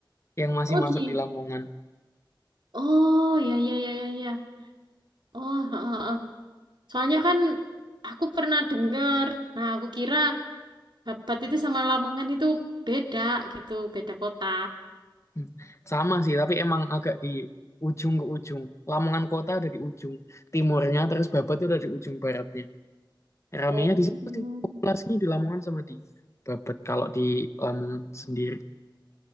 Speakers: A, on the left; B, on the right.
A: yang masih
B: Oh
A: masuk
B: gitu.
A: di Lamongan.
B: Oh, ya ya ya ya ya. Oh, ha, ha, ha. Soalnya kan aku pernah dengar. Nah, aku kira Babat itu sama Lamongan itu beda gitu, beda kota.
A: Hmm. Sama sih, tapi emang agak di ujung ke ujung. Lamongan kota ada di ujung timurnya, terus babat itu ada di ujung baratnya. Ramenya
B: Oh.
A: di situ sih populasinya di Lamongan sama di Babet. Kalau di Lamongan sendiri